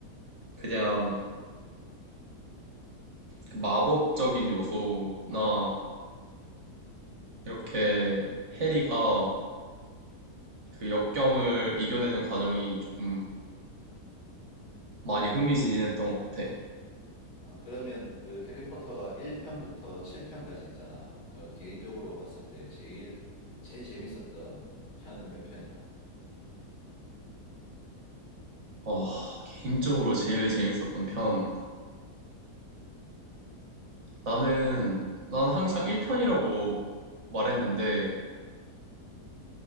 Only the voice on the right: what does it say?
그냥 그 마법적인 요소나 이렇게 해리가 그 역경을 이겨내는 과정이 좀 많이 흥미진진했던 것 같아.
아, 개인적으로 제일 재밌었던 편. 나는, 난 항상 1편이라고 말했는데,